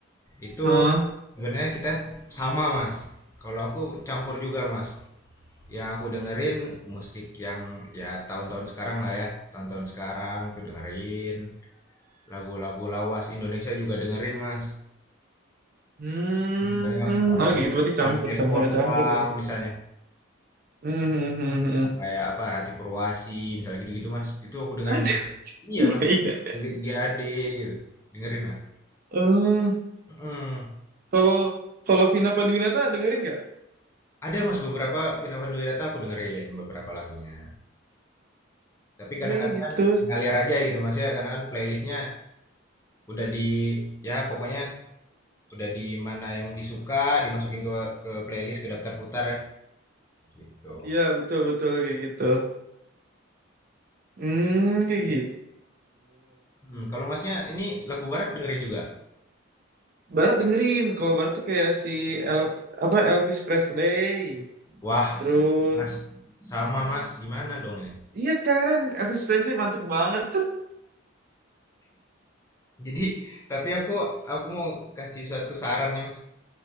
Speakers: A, on the left; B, on the right.
A: Itu
B: Ah,
A: sebenarnya kita sama Mas. Kalau aku campur juga Mas. Yang aku dengerin musik yang ya tahun-tahun sekarang lah ya. Tahun-tahun sekarang tuh dengerin. Lagu-lagu lawas Indonesia juga dengerin Mas.
B: hmm,
A: Misalnya Panji
B: oh gitu berarti
A: Panji
B: campur sama-sama
A: F. Bondang
B: campur gitu.
A: misalnya.
B: Hmm, hmm, hmm, hmm.
A: kayak apa Rati Purwasi misalnya gitu-gitu mas itu aku dengerin
B: <laughs>
A: mas. iya
B: Iya,
A: mas
B: iya.
A: lebih 3AD gitu. dengerin mas
B: Eh,
A: Mm.
B: kalau kalau Vina Panduwinata dengerin nggak?
A: ada mas beberapa Vina Panduwinata aku dengerin beberapa lagunya tapi kadang-kadang
B: Iya gitu.
A: kan ngalir aja gitu mas ya karena kan playlistnya udah di ya pokoknya udah di mana yang disuka dimasukin ke ke playlist ke daftar putar gitu
B: Iya betul betul kayak gitu. Hmm, kayak gitu.
A: Hmm, kalau masnya ini lagu barat dengerin juga
B: Barat dengerin. Kalau Barat tuh kayak si El, apa Elvis Presley.
A: wah
B: Terus,
A: mas sama mas gimana dong ini
B: iya kan, Elvis Presley mantep banget tuh.
A: Jadi, tapi aku aku mau kasih suatu saran nih Mas.